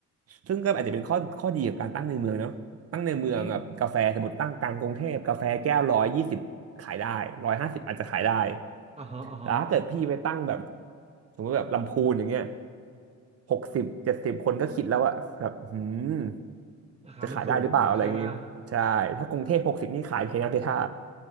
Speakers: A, on the right; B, on the right.
A: ซึ่งก็อาจจะเป็นข้อข้อดีของการตั้งในเมืองเนาะตั้งในเมืองแบบกาแฟสมมติตั้งกลางกรุงเทพกาแฟแก้วร้อยยี่สิบขายได้ร้อยห้าสิบอาจจะขายได้
B: อือฮึอ่าฮะอ่าฮะ
A: แต่ถ้าเกิดพี่ไปตั้งแบบสมมติแบบลำพูนอย่างเงี้ยหกสิบเจ็ดสิบคนก็คิดแล้วอะแบบหืม
B: ราคามันสูงใช่ป่ะ
A: จะขายได้หรือเปล่าอะไรอย่างงี้ใช่ถ้ากรุงเทพหกสิบนี่ขายเทน้ำเทท่า